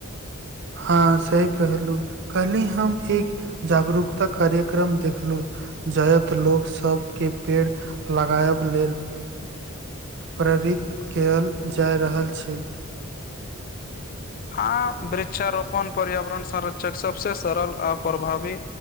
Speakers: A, on the right; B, on the left.
A: हाँ सहि कहलहूँ कहली हम एक जागरूकता कार्यक्रम देखलु। जायत लोक सबके पेड़ लगाएब लेल प्रेरित कएल जाइ रहल छै
B: हाँ वृक्षारोपण पर्यावरण संरक्षक सबसे सरल आ प्रभावी।